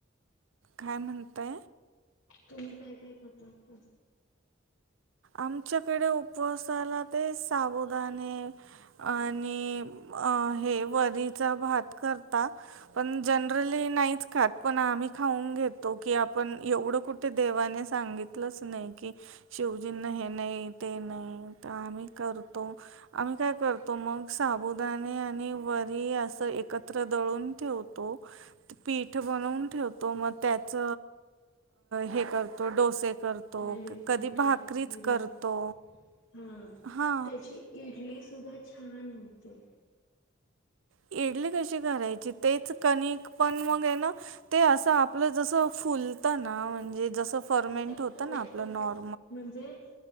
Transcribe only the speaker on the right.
काय म्हणता
आमच्याकडे उपवासाला ते साबुदाणे आणि वडी भात कर पण जनरली नाही खात पण आम खाऊन घेतो की आपण एवढं कुठे देवाने सांगितलंच नाही की शि हे नाही ते नाही आम्ही करतो आम्ही काय करतो मगब दाणे आणि वरी अस एकत्र दळून ठेवतो पीठ बनून ठेव त्याच हे करतो डोसे तो
कधी भाकरीत
करतो
हा
इडली कशी करायची तेच कणिक पण मग आहे ना ते असं आपलं जस फुलत ना म्हणजे जसं फर्मेंट
होतं
ना आपलं नॉर्म